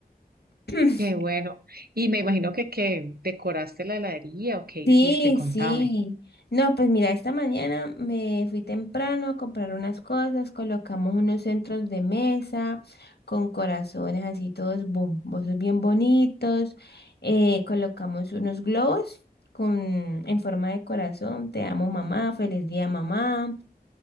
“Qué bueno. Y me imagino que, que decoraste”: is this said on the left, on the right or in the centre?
Right